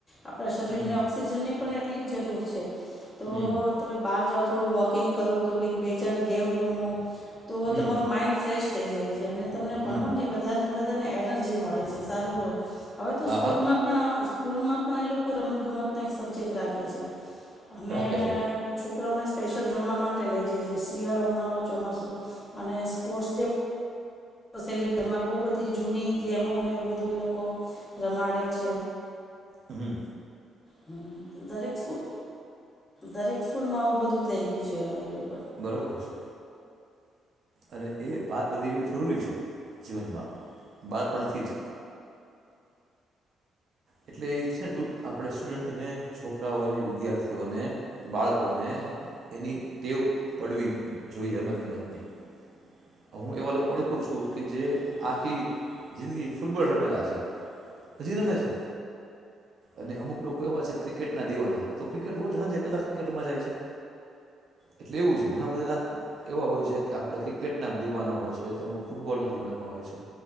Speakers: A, on the left; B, on the right.
A: આપણા શરીર
B: હમ
A: ને ઓક્સિજન ની પણ એ એટલી જ જરૂર છે. તો
B: હમ
A: તમે બહાર જાઓ થોડું વોકિંગ કરો, થોડીક બે ચાર ગેમ રમો તો
B: હમ
A: તમારું માઇન્ડ ફ્રેશ થઈ જાય છે અને તમને
B: હમ
A: ભણવાની વધારે ને વધ બધાને એનર્જી મળે છે સારી વ હવે તો
B: હા
A: સ્કૂલ
B: હા
A: માં પણ કુલમાં પણ એ લોકો રમત ગમત ને એક સબ્જેક્ટ રા છે, અમે
B: રાખે છે
A: છોક છોકરાઓને સ્પેશિયલ રમવા માટે લઈ જાય છે શિયાળો, ઉનાળો, ચોમાસુ અને સ્પોર્ટ્સ ડે તો સેલિબ્રિમાં બો બધ ધી જૂની ગેમોને એવું બધ ધી લોકો રમાડે છે.
B: હમ્મ.
A: હમ્મ, દરેક સ્કૂલ દરેક સ્કૂલ માં આવું બધું થઈ ગયું છે હવે એલોકો
B: બરોબર છે. અને એ વાત બધી એવી જરૂરી છે, જીવનમાં બાળપણ થીજ. એટલે એ છે ને આપણે સ્ટુડન્ટને, છોકરાઓને, વિદ્યાર્થીઓને, બાળકોને એની ટેવ પડવી જોઈએ, રમત ગમતની. હું, એવા લોકો ઓળખું છું કે જે આખી જિંદગી ફૂટબોલ રમેલા છે, હજી રમે છે અને અમુક લોકો એવા છે ક્રિકેટના દીવાના તો ક્રિકેટ રોજ હજે કલાક ક્રિકેટ રમવા જાય છે, એટલે એવું છે ઘણા બધા એવા હોય છે કે આપણે ક્રિકેટ ના દિવાના હોય છે, તો અમુક ફૂટબોલ ના દિવાના હોય છે,